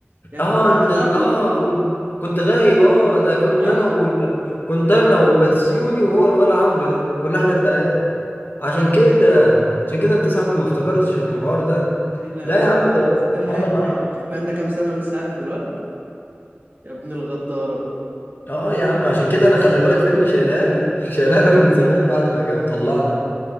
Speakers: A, on the right (about 50°); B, on the left (about 55°).
A: يعني
B: اه انت
A: بطلعكوا
B: اه كنت كنت غايب اه ده كنت
A: معاكم
B: انا وال... كنت انا وبسيوني وهو الولا عمرو ده كنا احنا التلاتة عشان كده عشان كده انت صاحبي ما افتكرتش الحوار ده
A: ايه ده
B: لا
A: يا اسطى
B: يا عم ده
A: صدقني
B: عمل معانا
A: يعني شوف بقى لنا كام سنه ولسه عارف دلوقتي يا ابن الغداره
B: اه يا عم عشان كده انا خلي بالك فهمني شايلها له دي <laughs> شايلها له من زمان بعد ما جه وطلعنا